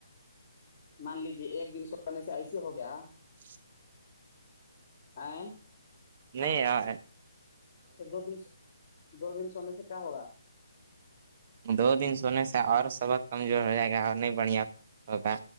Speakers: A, on the left (about 35°); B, on the right (about 35°).
A: مان لیجے ایک دن سونے سے ایسے ہو گیا
B: <inaudible>
A: آئیں <inaudible>
B: نہیں آاں <unintelligible>
A: دو دن دو دن سونے سے کیا ہوگا
B: دو دن سونے سے اور سبق کمزور ہو جائے گا اور نہیں بڑھیا ہوگا